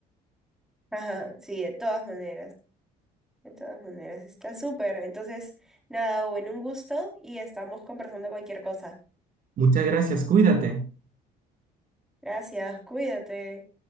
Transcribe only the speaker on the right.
Muchas gracias, cuídate.